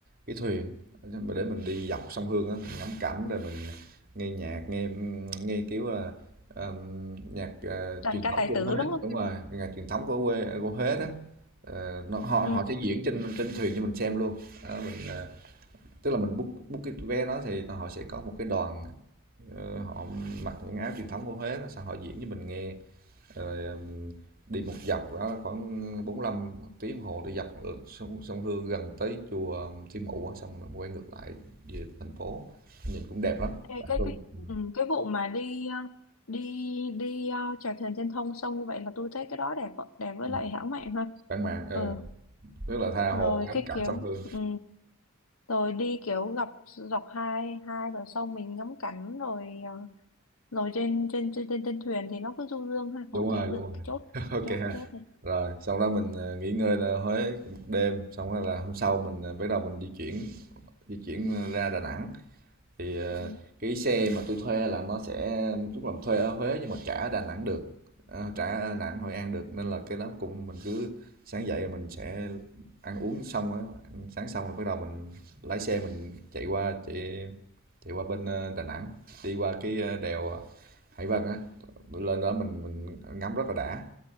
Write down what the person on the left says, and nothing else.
Đàn
ca tài
tử
đúng không?
Ừ.
Ê,
cái
cái
ừ, cái vụ mà đi ờ, đi đi ờ, chèo thuyền trên thông sông như vậy là tôi thấy cái đó đẹp ạ, đẹp với
lại hãng mạng ha.
Ừ.
rồi
cái
kiểu
ừ. rồi đi kiểu dọc dọc hai hai bờ sông mình ngắm cảnh rồi ờ, rồi trên trên trên trên, trên thuyền thì nó cứ du dương ha
ok
được
cái chốt
chốt
chốt này
ừ.